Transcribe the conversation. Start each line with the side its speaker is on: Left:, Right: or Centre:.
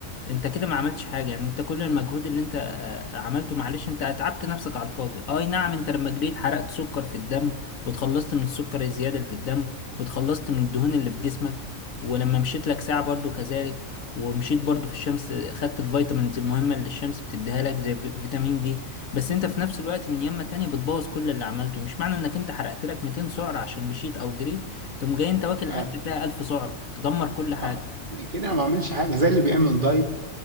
Left: انت كده ما عملتش حاجه يعني انت كل المجهود اللي انت آه، عملته معلش انت اتعبت نفسك على الفاضي آه، اي نعم انت لما جريت حرقت سكر في الدم وتخلصت من السكر الزياده اللي في الدم وتخلصت من الدهون اللي في جسمك ولما مشيت لك ساعه برضو كذلك ومشيت برضو في الشمس خدت الفيتامينز المهمة اللي الشمس بتديها لك زي في- فيتامين دي بس انت في نفس الوقت من يمة تانية بتبوظ كل اللي عملته مش معنى انك انت حرقت لك 200 سعرة عشان مشيت او جريت تقوم جاي انت واكل
Right: آه
Left: اكل فيها 1000 سعرة تدمر كل حاجة
Right: آه كده انا ما بعملش حاجه زي اللي بيعمل دايت